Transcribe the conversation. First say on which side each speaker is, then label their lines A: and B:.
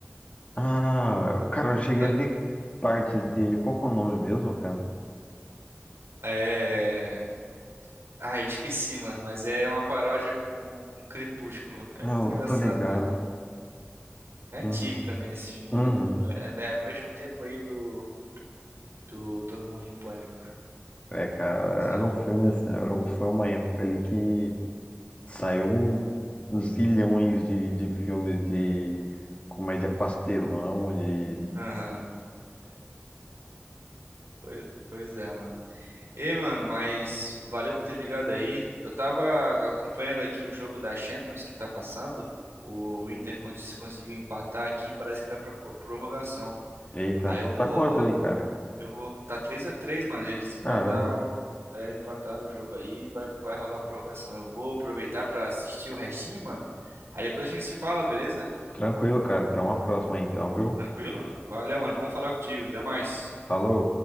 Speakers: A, on the left; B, on the right.
A: Ah, cara, eu cheguei
B: Eu não-
A: a ver partes dele. Qual que é o nome mesmo, cara?
B: É. Ah, eu esqueci, mano, mas é uma paródia com, com Crepúsculo. É
A: Ah,
B: muito engraçado,
A: eu tô ligado.
B: tá? É antigo
A: Hum,
B: também esse filme.
A: Uhum.
B: É, no é é no mesmo tempo aí do, do Todo Mundo em Pânico.
A: É, cara,
B: Pois é.
A: era um filme assim, era, um- foi uma época ali que saiu um zilhões de, de filmes de comédia pastelão, de...
B: Aham. Pois, pois é, mano. Ei, mano, mas valeu por ter ligado aí. Eu tava acompanhando aqui o jogo da Champions que tá passando. O Inter con- conseguiu empatar aqui, parece que vai pra pro- prorrogação.
A: Eita,
B: Aí eu vou.
A: tá quanto aí, cara?
B: Eu vou. Tá três a três, mano. Eles empataram.
A: Caramba.
B: é, empataram o jogo aí. Vai, vai rolar a prorrogação. Eu vou aproveitar pra assistir o restinho, mano. Aí depois a gente se fala, beleza?
A: Tranquilo, cara. Até uma próxima então, viu?
B: Tranquilo? Valeu, mano. Bom falar contigo. Até mais.
A: Falou.